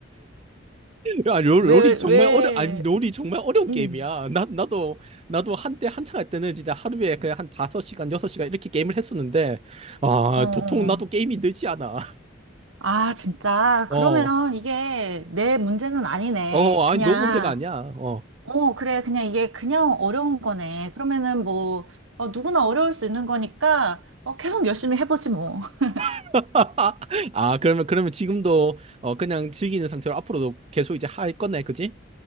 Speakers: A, on the right (about 30°); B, on the right (about 85°).
A: <laughs> 야, 롤,
B: 왜,
A: 롤이 정말
B: 왜,
A: 어려, 아니, 롤이 정말 어려운
B: 응.
A: 게임이야. 나, 나도, 나도 한때 한창 할 때는 진짜 하루에 그냥 한 5시간, 6시간 이렇게 게임을 했었는데, 아,
B: 어, 어,
A: 도통 나도
B: 어.
A: 게임이 늘지 않아. <laughs>
B: 아, 진짜.
A: 어.
B: 그러면 이게 내 문제는 아니네.
A: 어, 아니,
B: 그냥.
A: 너 문제가 아니야. 어.
B: 어, 그래. 그냥 이게 그냥 어려운 거네. 그러면은 뭐, 어, 누구나 어려울 수 있는 거니까, 어, 계속 열심히 해보지 뭐. <laughs>
A: <laughs> 아, 그러면, 그러면 지금도, 어, 그냥 즐기는 상태로 앞으로도 계속 이제 할 거네, 그지?